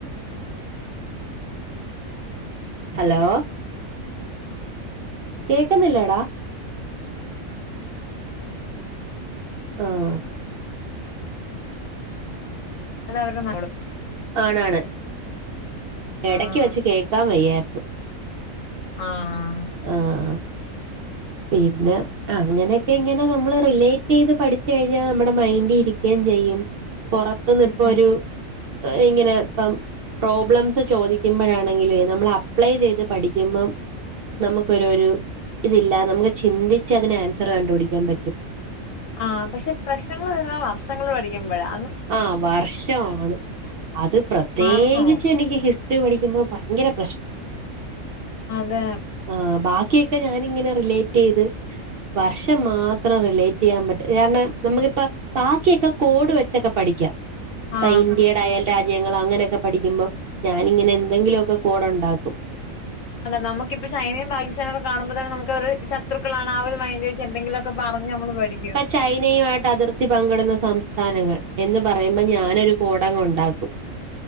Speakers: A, on the right (about 55°); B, on the left (about 70°).
A: ഹലോ കേക്ക്ന്നില്ലേടാ ആഹ്
B: അതവരുടെ <unintelligible>
A: ആണാണ്, എടക്ക്
B: ആഹ്
A: വെച്ച് കേക്കാൻ വയ്യാര്ന്ന്.
B: ആഹ്
A: ആഹ് പിന്നെ അങ്ങനെക്കെയിങ്ങനെ നമ്മള് റിലേറ്റെയ്ത് പഠിച്ച് കഴിഞ്ഞാ നമ്മടെ മൈന്റി ഇരിക്കേം ചെയ്യും. പൊറത്തുന്ന്പ്പൊരു
B: ഉം
A: ഇങ്ങനെ ഇപ്പം പ്രോബ്ലംസ് ചോദിക്കുമ്പഴാണെങ്കിലുവേ നമ്മളപ്ലൈ ചെയ്ത് പഠിക്കുമ്പം നമുക്കൊരു ഒരു ഇതില്ല, നമുക്ക് ചിന്തിച്ച് അതിനാൻസറ് കണ്ടുപിടിക്കാൻ പറ്റും.
B: ആ പക്ഷെ പ്രശ്നങ്ങള് വരുന്നത് വർഷങ്ങള് പഠിക്കുമ്പഴാ.
A: ആഹ് വർഷാണ്, അത് പ്രത്യേകിച്ച്
B: മാറുന്നു
A: എനിക്ക് ഹിസ് റ്ററി പഠിക്കുമ്പൊ ഭയങ്കരപ്രശ്
B: അതേ
A: ആഹ് ബാക്കിയൊക്കെ ഞാനിങ്ങനെ റിലേറ്റെയ്ത് വർഷം മാത്രം റിലേറ്റെയ്യാൻ പറ്റ് കാരണം നമ്മക്കിപ്പ ബാക്കിയൊക്കെ കോഡ് വെ ച്ചൊക്കെ പഠിക്കാം, ഇപ്പ
B: ആ
A: ഇന്ത്യേടെ അയൽ രാജ്യങ്ങളങ്ങനൊക്കെ പഠിക്കുമ്പം ഞാനിങ്ങനെ എന്തെങ്കിലൊക്കെ കോഡൊണ്ടാക്കും.
B: അതെ നമുക്കിപ്പോ ചൈനയും പാകിസ്ഥാനൊക്കെ കാണുമ്പൊതന്നെ നമുക്കവര് ശത്രുക്കളാണ് ആ ഒരു മൈന്റ് വെച്ചെ ന്തെങ്കിലൊക്കെ പറഞ്ഞമ്മള് പഠിക്കും.
A: ചൈനയുയായിട്ട് അതിർത്തി പങ്കിടുന്ന സംസ്ഥാനങ്ങൾ എന്ന് പറയുമ്പൊ ഞാനൊരു കോഡങ്ങുണ്ടാക്കും.